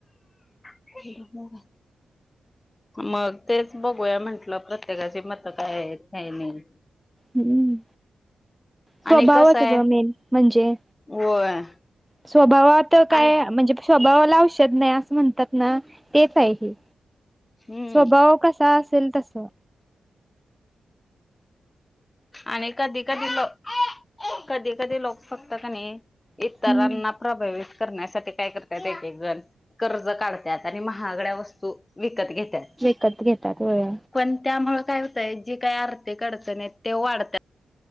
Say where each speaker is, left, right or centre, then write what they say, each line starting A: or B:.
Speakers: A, on the left; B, in the centre.
A: <unintelligible> हो मग तेच बघूया म्हटलं, प्रत्येकाची मतं काय आहेत काय नाही.
B: हम्म,
A: आणि
B: स्वभावाच
A: कसं आहे
B: गं मेन म्हणजे.
A: होय
B: स्वभावात काय
A: आणि
B: म्हणजे स्वभावाला औषध नाही असं म्हणतात ना, तेच आहे ते.
A: हम्म
B: स्वभाव कसा असेल तसं
A: आणि कधी कधी लोक <unintelligible> कधी कधी लोक फक्त कणी नाही इतरांना
B: हम्म
A: प्रभावित करण्यासाठी <unintelligible> काय करत्यात एक एकजण कर्ज काढतात आणि महागड्या वस्तू विकत घेतात
B: विकत घेतात होय.
A: पण त्यामुळे काय होतय, जी काय आर्थिक अडचण आहेत ते वाढत्यात